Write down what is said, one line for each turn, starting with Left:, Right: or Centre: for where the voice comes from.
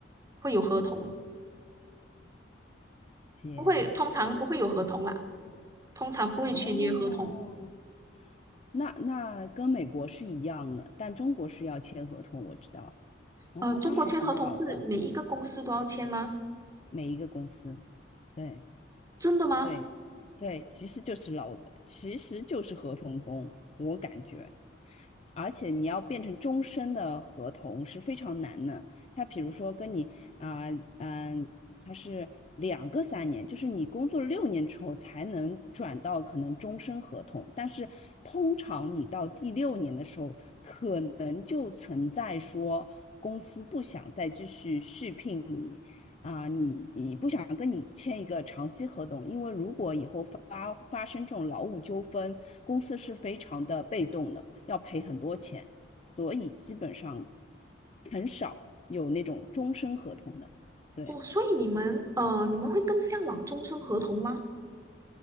Right: 会有合同，
Left: 姐，
Right: 不会，通常不会有合同啦，通常不会签约合同。
Left: 哦，那那跟美国是一样的，但中国是要签合同，我知道。哦，
Right: 呃，中国签合同是每一个公司都要签吗？
Left: 那还挺好的，每一个公司。对。
Right: 真的吗？
Left: 对对，其实就是劳，其实就是合同工，我感觉。而且你要变成终身的合同是非常难的。他比如说跟你啊，嗯、他是两个三年，就是你工作六年之后才能转到可能终身合同，但是通常你到第六年的时候，可能就存在说公司不想再继续续聘你。啊、呃你你不想跟你签一个长期合同，因为如果以后发发生这种劳务纠纷，公司是非常的被动的，要赔很多钱，所以基本上很少有那种终身合同的。对，
Right: 哦，所以你们呃你们会更向往终身合同吗？